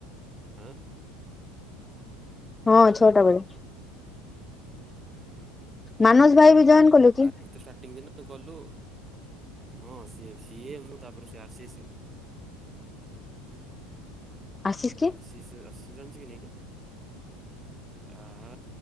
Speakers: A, on the right; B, on the left.
A: ଅଏ।
B: ହଁ ଛଅଟା ବେଳେ।
A: <inaudible>
B: ମାନସ ଭାଇ ବି ଜଏନ କଲେ। କି
A: ଆଦିତ୍ୟ ଷ୍ଟାର୍ଟିଙ୍ଗ ଦିନ ଗଲୁ ହଁ ସିଏ ସିଏ ମୁଁ ତାପରେ ସିଏ ଆସିସ।
B: ଆଶିଷ। କି?
A: ଆଜି ସେ ଆଶିଷ ଯାଉଛି କି ନାଇଁ କି? ଆହା